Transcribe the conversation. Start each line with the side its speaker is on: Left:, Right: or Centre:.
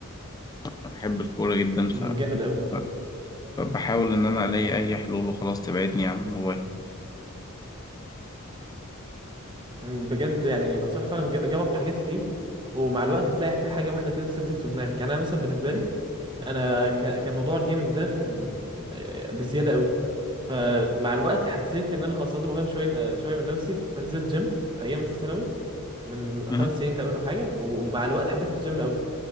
Left: بحب الكورة جدا ف...
Right: جامد قوي
Left: ف- فبحاول ان انا الاقي اي حلول وخلاص تبعدني عن الموبايل
Right: بجد يعني نصيحه فعلا ج- جرب حاجات كتير ومع الوقت هتلاقي كده حاجه واحده كده ثبتت في دماغك يعني انا مثلا بالنسبه لي انا ك- كان موضوع الجيمنج ده كان آه، بزياده قوي فمع الوقت حسيت ان انا خلاص لازم اغير شويه آه، شويه من نفسي فنزلت جيم ايام الثانوي من
Left: أه.
Right: خمس سنين تقريبا او حاجه ومع الوقت حبيت الجيم قوي